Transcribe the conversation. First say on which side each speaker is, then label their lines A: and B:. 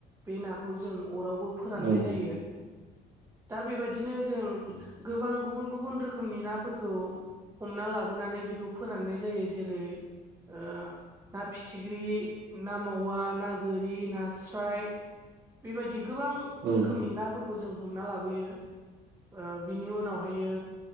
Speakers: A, on the right; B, on the right.
A: बे नाखौ जों अरावबो फोराननाय
B: औ
A: जायो दा बेबायदिनो जों
B: औ
A: गोबां गुबुन गुबुन रोखोमनि नाफोरखौ हमना लाबोनानै बेखौ फोराननाय जायो जेरै ओ ना फिथिख्रि ना मावा ना गोरि नास्राय बेबायदि गोबां
B: औ
A: रोखनि ना फोरखौ जों हमना लाबोयो ओ बिनि उनावहायो